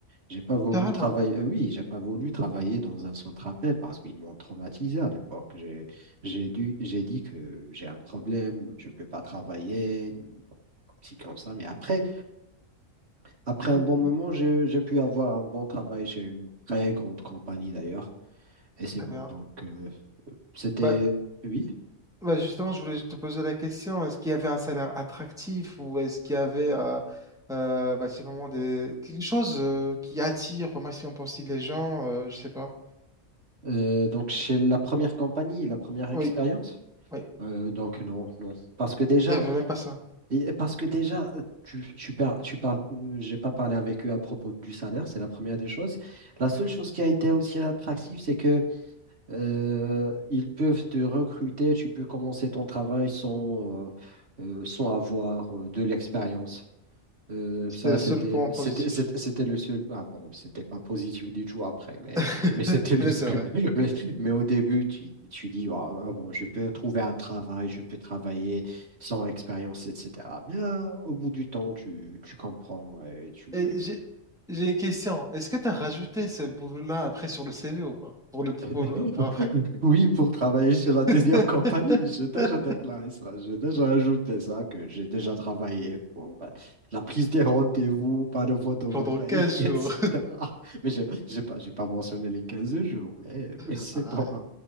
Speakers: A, on the right; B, in the centre.
A: j'ai pas voulu
B: Carrément.
A: travailler, euh, oui, j'ai pas voulu travailler dans un centre appel parce qu'ils m'ont traumatisé à l'époque. J'ai, j'ai dû, j'ai dit que j'ai un problème, je peux pas travailler, comme ci, comme ça. Mais après, après un
B: Mm.
A: bon moment, j'ai, j'ai pu avoir un bon travail chez une très grande compagnie d'ailleurs. Et c'est
B: Très
A: bon.
B: bien.
A: Donc, euh, c'était,
B: Bah,
A: oui.
B: bah, justement, je voulais te poser la question, est-ce qu'il y avait un salaire attractif ou est-ce qu'il y avait euh, euh, bah, c'est vraiment des... quelque chose euh, qui attire au maximum possible les gens, euh, je sais pas.
A: Euh, donc, chez la première compagnie, la première expérience,
B: Oui. Ouais,
A: euh, donc non, non. Parce que déjà,
B: il n'y avait même pas ça.
A: Et et parce que déjà, euh, tu, tu, par- tu parles, euh, j'ai pas parlé avec eux à propos du salaire, c'est la première des choses. La seule chose qui a été aussi attractive, c'est que euh, ils peuvent te recruter, tu peux commencer ton travail sans, euh, euh, sans avoir euh, de l'expérience. Euh,
B: C'était
A: ça,
B: le
A: c'était,
B: seul point positif.
A: c'était, c'était c'était le seul. Ah bon, c'était pas positif du tout après, mais,
B: <laughs>
A: mais c'était le
B: Mais
A: seul.
B: c'est vrai.
A: <laughs> Mais, mais au début, tu, tu dis, ah ah bon, je peux trouver un travail, je peux travailler sans expérience, etc. Mais ah, au bout du temps, tu, tu comprends, et tu,
B: Et j'ai j'ai une question. Est-ce que tu as rajouté ce boulot-là après sur le CV ou pas? Pour le, pour
A: <laughs>
B: le- pour après.
A: Oui, pour travailler chez la deuxième
B: <laughs>
A: compagnie, j'ai déjà déclaré ça, j'ai déjà ajouté ça, que j'ai déjà travaillé pour euh, la prise des rendez-vous, panneaux photovoltaïques,
B: Pendant quinze
A: <laughs> etc.
B: jours.
A: Mais j'ai j'ai pas, j'ai pas mentionné les 15 jours, mais,
B: <laughs>
A: mais c'est
B: Ah
A: bon,
B: ouais.
A: hein.